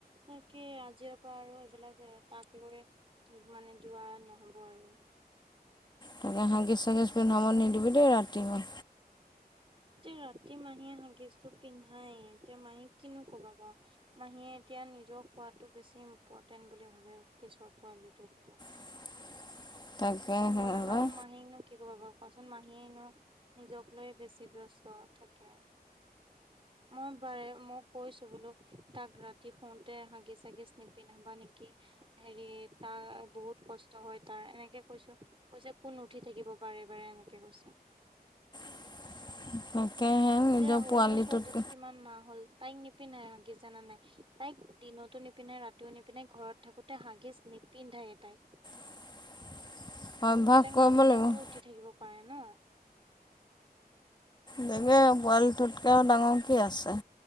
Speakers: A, on the right; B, on the left.
A: তাকে আজিৰ পৰা আৰু এইবিলাক এ তাক লৈ মানে যোৱা নহব আৰু
B: তাকে হাঁগেছ চাগেচ প নামাৰ নিদিবি দেই ৰাতি মা
A: তে ৰাতি মাহীয়ে হাগিছটো পিন্ধাই তে মাহীক কিনো কবা কৌ ম হিয়ে এতিয়া নিজক খোৱাতটো বেছি ইম্পৰ্টেন্ট বুলি ভাবে কেশৰ পোৱালীটোতকে
B: <inaudible> তাকেহে
A: ত ম
B: পাই
A: আমাৰ মাহি নো কি কব পোৱাচোন মাহীয়েনো নিজক লৈ বেছি ব্যস্ত থাকে। মই বাৰে মই কৈছো বোলো তাক ৰাতি শুওতে হাগিছ চাগি নিপিন্ধবা নেকি? হেৰি তাৰ বহুত কষ্ট হয় তাৰ এনেকে কৈছো কৈছে কোন উঠি থাকিব। বাৰে বাৰে এনেকে গৈছে।
B: <inaudible> তাকেহে নিজৰ
A: এতিয়া ৰাহুল
B: পোৱালিটোত
A: হতৰ ছোৱালীজনী কিমান মাহ হল। তাইক নিপিধাই হাগিছ জাননা নাই তাইক দিনতো নিপিন্ধেনে ৰাতিও নিপিন্ধাই ঘৰত থাকোতে হাগিছ পিন্ধাই তাই
B: <inaudible> অভ্যাস
A: বেলেগ
B: কৰিব
A: মাক বিলাকতো
B: লাগিব
A: উঠি থাকিব পাৰে ন
B: জাগে পোৱালিটোতকে ডাঙৰ কি আছে?